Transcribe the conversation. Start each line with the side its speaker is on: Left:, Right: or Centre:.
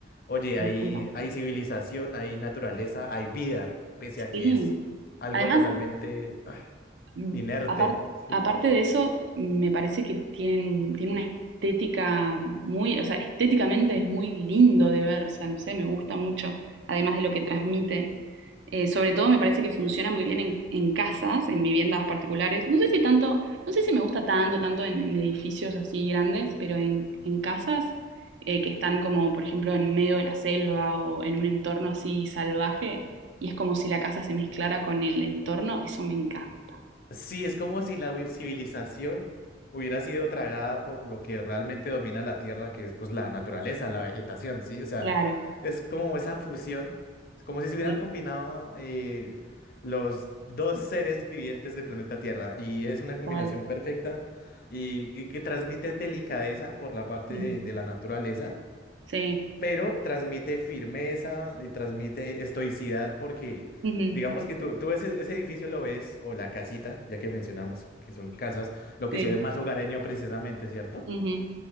Left: oye,
Right: me
Left: hay,
Right: encanta,
Left: hay civilización, hay naturaleza, hay vida, pese a que
Right: sí.
Left: es algo
Right: Además,
Left: totalmente <sighs>
Right: Mm,
Left: inerte,
Right: apar-
Left: ¿sí?
Right: aparte de eso, me parece que tiene, tiene una estética muy, o sea, estéticamente es muy lindo de ver, o sea, no sé, me gusta mucho, además de lo que transmite. Eh, sobre todo me parece que funciona muy bien en, en casas, en viviendas particulares. No sé si tanto, no sé si me gusta tanto, tanto en, en edificios así grandes, pero en, en casas eh, que están como, por ejemplo, en medio de la selva o en un entorno así salvaje, y es como si la casa se mezclara con el entorno, eso me encanta.
Left: Sí, es como si la hu- civilización hubiera sido tragada por lo que realmente domina la Tierra, que es pues la naturaleza, la vegetación, ¿sí? O sea,
Right: Claro,
Left: es como esa fusión, es como si se hubieran
Right: sí,
Left: combinado eh, los dos seres vivientes del planeta Tierra y es una combinación
Right: tal.
Left: perfecta y, y que transmite delicadeza por la parte
Right: Sí,
Left: de de la naturaleza
Right: sí,
Left: pero transmite firmeza y transmite estoicidad porque
Right: ujú,
Left: digamos que tú, tú ves e- ese edificio lo ves, o la casita, ya que mencionamos que son casas, lo
Right: sí,
Left: que se ve más hogareño precisamente, ¿cierto?
Right: ujú,